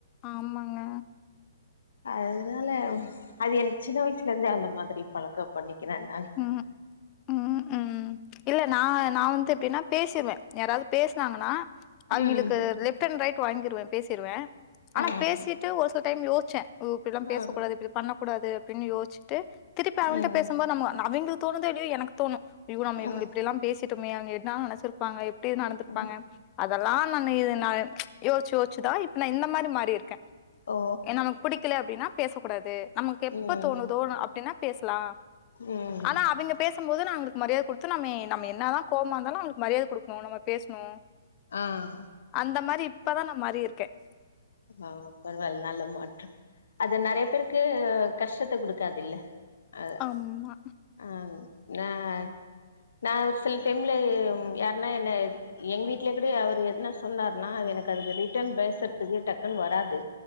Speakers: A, on the left; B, on the left.
A: ஆமாங்க
B: அதுனால அது எனக்கு சின்ன வயசுல இருந்தே அந்த மாதிரி பழக்கம் பண்ணி க்கிற நானு
A: ம் ம் ம் இல்ல நான் நா வந்து எப்டின்னா பேசிருவே யாராவது பேசுனாங்கன்னா அவுங்குளுக்கு
B: ம்
A: லெஃப்ட் அண்ட் ரைட் வாங்கிருவேன் பேசிருவேன் ஆனா
B: ஆ
A: பேசிட்டு ஒரு சொ டைம் யோசுச்ச இப்டில்லாம் பேசக்கூடாது
B: ஆ
A: இப்டி பண் கூடாது அடின்னு யோசுச் திருப்பி அவுங்குள்ட
B: ம்
A: பேசும்போது நம்ம அவைங்களுக்கு தோணுதேனு எனக்கு தோணு இப்படியல்லா
B: ம்
A: பேசி அங்க என்ன நினைச்சு இருப்பாங்கப்ப இப்படி நடந்திருப்பாங்க
B: ம்
A: அது அதுல்லா நான் இது நா யோசச்சு யோசச்சுதான் இப்ப நான் இந்த மாரி இருக்கே
B: ஓ
A: ஏனா நமக்கு புடிக்கல அப்படின்னா பேசோ கூடாது நமக்கு
B: ம்
A: எப்ப தோணுதோ அப்படின்னா பேசலா
B: ம்
A: ஆனா அவங்க பேச போதும் அவருக்கு மரியாதை கொடு நமே நம்ம என்ன தான் கோமாயிருந்தாலும் அவங்களுக்கு மரியாதை கொடு நம்ம பேசணும்
B: ஆ
A: அந்த மாரி இப்பதான் நான் மாறி இருக்கேன்
B: ஆ நல்ல மாற்றம் அது நிறைய பேருக்கு கஷ்டத்த கொடுக்காதுல அ
A: ஆமா.
B: ஆஹ் ஆஹ நான் ஒரு சில டைம்ல யாருன்னா என்ன எங்க வீட்ல கூட அவர் எதுனா சொன்னாார்ன்னா எனக்கு அதுக்கு ரிட்டர்ன் பேச டக்குன்னு வராது